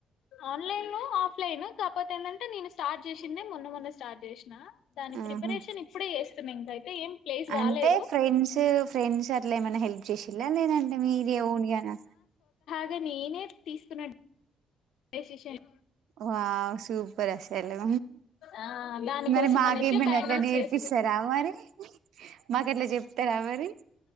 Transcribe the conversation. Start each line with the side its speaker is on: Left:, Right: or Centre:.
Left: ఆన్లైన్ లో ఆఫ్లైన్ కాకపోతే ఎం. అంటే నేను స్టార్ట్ చేసిందే మొన్న మొన్న స్టార్ట్ చేసిన దాని
Right: ఆహా
Left: ప్రిపరేషన్ ఇప్పుడే చేస్తున్నా ఇంకైతే ఏం ప్లేస్
Right: అంటే
Left: కాలేదు
Right: ఫ్రెండ్స్ ఫ్రెండ్స్ అట్లా ఏమైనా హెల్ప్ చేసిలా లేదంటే మీరే ఓన్ గా నా
Left: అగ నేనే తీసుకున్న డెసిషన్
Right: వావ్ సూపర్ అసలు
Left: ఆ దానికోసం
Right: మరి మాకేమన్న
Left: అనేసి బ్యాంగిల్స్
Right: అట్లా నేర్పిస్తారా
Left: చేసుకున్నా
Right: మరి మాక ఎట్లా చెప్తారా మరి